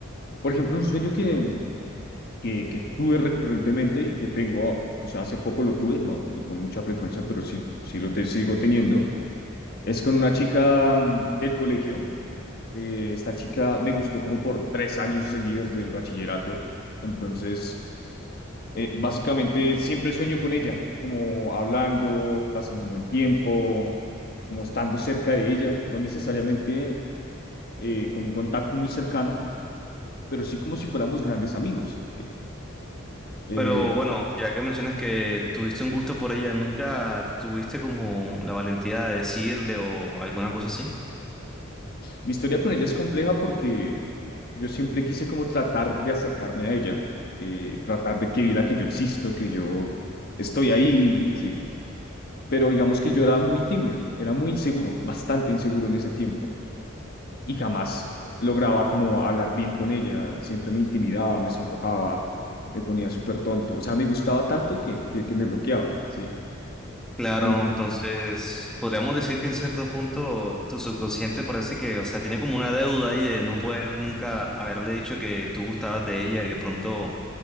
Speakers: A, on the left; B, in the centre.
A: Por ejemplo, un sueño que, que, que tuve recurrentemente y que tengo, o sea, hace poco lo tuve, no, no con mucha frecuencia, pero sí, sí lo te, sigo teniendo, es con una chica mm, del colegio. Eh, esta chica me gustó como por tres años seguidos del bachillerato. Entonces, eh, básicamente siempre sueño con ella, como hablando, pasando un buen tiempo como estando cerca de ella, no necesariamente eh, con un contacto muy cercano, pero sí como si fuéramos grandes amigos, ¿sí? Eh,
B: Pero bueno, ya que mencionas que tuviste un gusto por ella, ¿nunca tuviste como la valentía de decirle o alguna cosa así?
A: mi historia con ella es compleja porque yo siempre quise como tratar de acercarme a ella, eh, tratar de que viera que yo existo, que yo estoy ahí, ¿sí? Pero digamos que yo era muy tímido, era muy inseguro, bastante inseguro en ese tiempo. y jamás lograba como hablar bien con ella, siempre me intimidaba, me sonrojaba, me ponía súper tonto, o sea, me gustaba tanto que, que, que me bloqueaba, ¿sí?
B: Claro,
A: En-
B: entonces podríamos decir que en cierto punto tu subconsciente parece que, o sea, tiene como una deuda ahí de no poder nunca haberle dicho que tú gustabas de ella y de pronto